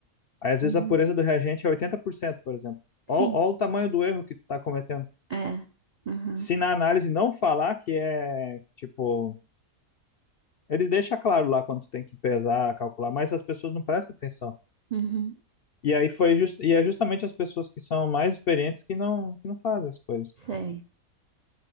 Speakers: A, on the left; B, on the right.
A: Aí, às
B: Uhum.
A: vezes, a pureza do reagente é 80%, por cento, por exemplo.
B: Sim.
A: Olha o tamanho do erro que tu tá cometendo.
B: É. Uhum.
A: Se na análise não falar que é, tipo... Ele deixa claro lá quando tu tem que pesar, calcular, mas as pessoas não prestam atenção.
B: Uhum.
A: E aí foi just, e é justamente as pessoas que são mais experientes que não, que não fazem as coisas.
B: Sei.